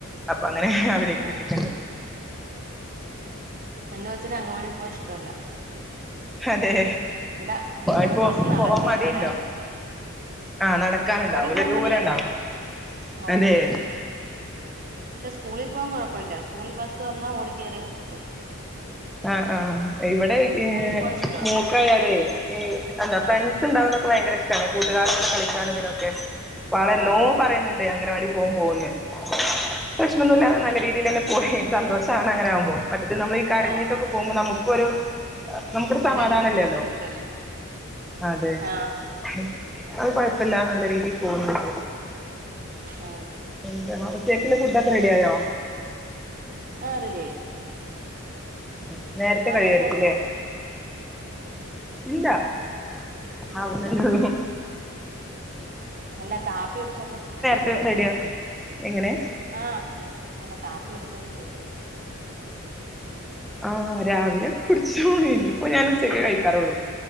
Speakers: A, in the centre; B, on the right.
A: അപ്പൊ അങ്ങനെ അവടെക്ക്
B: ആ
A: വിട്ടിട്ട്ണ്ട്
B: എന്റെ കൊച്ചിന് അങ്കവാടി പോവാ ഇഷ്ടവല്ല
A: അതെ
B: ഇവടെ
A: ഇപ്പൊ
B: കൊറച്ച് നടക്കേം
A: പോവാൻ മടിയുണ്ടോ
B: വേണേ
A: ആഹ് നടക്കാനുണ്ടാവൂല്ലേ
B: ആ അങ്കൻവാടി പോവാം
A: ദൂരം
B: മടിയാര്ന്ന്
A: ഉണ്ടാവും
B: ഓ
A: അതെ
B: ഒണ്ട് പക്ഷെ സ്കൂളിൽ പോവാൻ കൊയപ്പൊല്ല സ്കൂളിൽ ബസ്സ് വെന്നാ ഓടി കേറിയങ്ങ് പോ
A: ആഹ് ആഹ് ഇവടെ
B: സ്കൂളിൽ
A: ഏഹ്
B: പോവാൻ ഇഷ്ടവാ
A: മോക്കായാലേ ഏഹ് അഹന്താ
B: ആ
A: ഫ്രണ്ട് ഇണ്ടാകുന്നൊക്കെ ഭയങ്കരഷ്ടാണ് കൂട്ടുകാരും കുടെ കളിക്കാനും ഇതിനൊക്കെ വളെന്നോ
B: ആ
A: പറയ്ന്ന്ണ്ട് അംഗനവാടി പോവും പോവുന്ന് പ്രശ്നന്നുല്ലാ നല്ല രീതിയിലന്നേ പോയേ. സന്തോഷാണ് അങ്ങനെ ആകുമ്പോ മറ്റത് നമ്മള് ഈ കരഞ്ഞിട്ടൊക്കെ
B: ആ
A: പോകുമ്പോ നമുക്കൊരു ആഹ് നമുക്കൊരു സമാധാനല്ലല്ലോ
B: അതെ നമുക്കൊരു ബുദ്ധിമുട്ടല്ലേ
A: അതെ
B: ആ
A: അഹ് അഹ് കൊഴപ്പല്ല നല്ല രീതിയിൽ പോവുന്ന്ണ്ട്.
B: ആഹ്
A: എന്താണോ ഉച്ചകക്ക്ള്ള ഫുഡൊക്കെ റെഡി ആയോ?
B: ആഹ് റെഡി ആയി.
A: ഉം നേര്ത്തെ
B: ആഹാരം
A: കഴിയായിരിക്കും
B: കഴിച്ചോ
A: ല്ലേ? ഇല്ല ആവ്ന്നല്ലെ ഉള്ളു.
B: അല്ല കാപ്പി കുടിച്ചോന്നെ അഹ്
A: ഇത് റെഡിയാക്കും എങ്ങനെ
B: ആ അല്ല കാപ്പി കുടിച്ചോന്ന് ചോദിച്ചത്.
A: ആ രാവിലെ കുടിച്ചോണനി ഇപ്പം ഞാൻ ഉച്ചക്കെ കയിക്കാറുള്ളു